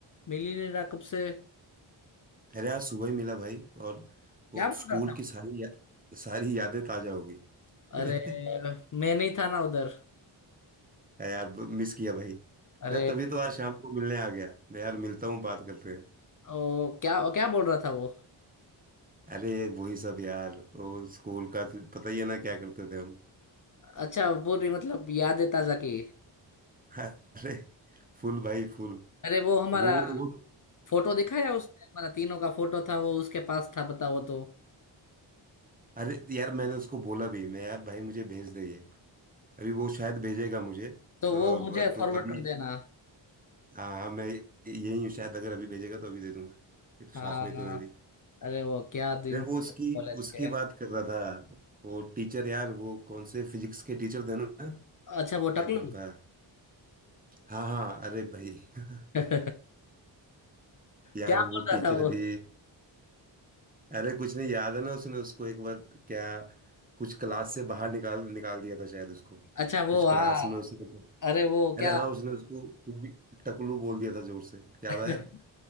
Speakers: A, on the left; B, on the right.
A: मिल ही नहीं रहा कब से
B: अरे आज सुबह ही मिला भाई और
A: क्या
B: वो
A: बोल
B: स्कूल
A: रहा था
B: की सारी या, सारी यादें ताजा हो गई
A: अरे
B: <laughs>
A: मैं नहीं था ना उधर
B: है यार मिस किया भाई
A: अरे
B: मैं तभी तो आज शाम को मिलने आ गया मैं यार मिलता हूँ बात करते हैं
A: ओ क्या क्या बोल रहा था वो
B: अरे वही सब यार वो स्कूल का तो पता ही है ना क्या करते थे हम
A: अच्छा पूरी मतलब यादें ताजा की
B: <laughs> अरे फुल भाई फुल
A: अरे वो हमारा
B: वो वो
A: फोटो दिखाया उसने हमारा तीनों का फोटो था वो उसके पास था पता वो तो
B: अरे यार मैंने उसको बोला भी मैं यार भाई मुझे भेज दे ये अभी वो शायद भेजेगा मुझे अ,
A: तो
B: तो
A: वो मुझे फॉरवर्ड
B: अभी
A: कर देना
B: हाँ हाँ मैं यही हूँ शायद अगर अभी भेजेगा तो अभी दे दूंगा ये तो साथ
A: हाँ
B: में तो मैं भी
A: अरे वो क्या दिन
B: अरे
A: थे
B: वो उसकी
A: कॉलेज
B: उसकी
A: के
B: बात कर रहा था वो टीचर यार वो कौन से फिजिक्स के टीचर थे ना
A: अच्छा वो
B: क्या
A: टकलू
B: नाम था हाँ हाँ अरे भाई <laughs>
A: <laughs>
B: यार
A: क्या
B: वो
A: बोल रहा
B: टीचर
A: था वो
B: भी अरे कुछ नहीं याद है ना उसने उसको एक बार क्या कुछ क्लास से बाहर निकाल निकाल दिया था शायद उसको
A: अच्छा वो
B: कुछ क्लास
A: हाँ
B: में उसने
A: अरे वो
B: अरे
A: क्या
B: हाँ उसने उसको टकलू बोल दिया था जोर से याद
A: <laughs>
B: आया